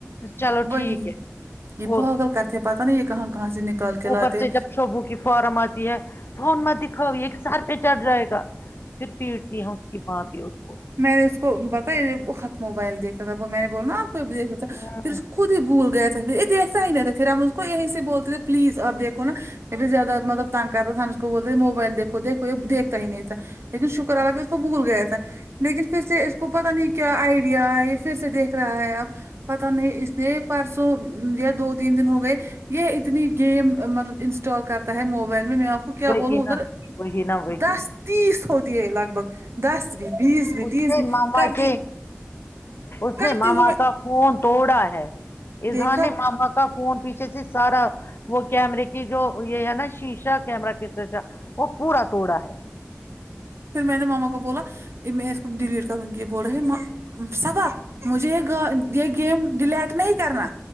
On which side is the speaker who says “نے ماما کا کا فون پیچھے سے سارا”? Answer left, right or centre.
Left